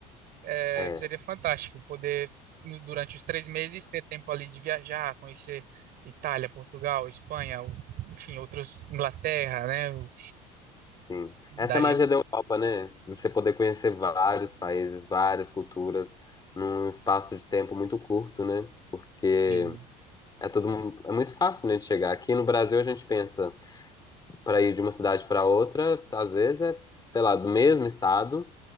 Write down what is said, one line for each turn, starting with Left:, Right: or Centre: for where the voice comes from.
Right: É,
Left: é.
Right: seria fantástico poder, no- durante os três meses, ter tempo ali de viajar, conhecer Itália, Portugal, Espanha, o- enfim, outros, Inglaterra, né? Eu
Left: Sim.
Right: Daria.
Left: Essa é a magia da Europa, né? Você poder conhecer vários países, várias culturas, num espaço de tempo muito curto, né? Porque
Right: Sim.
Left: é todo mu- é muito fácil, né, de chegar. Aqui no Brasil a gente pensa para ir de uma cidade para outra, às vezes é, sei lá, do mesmo estado,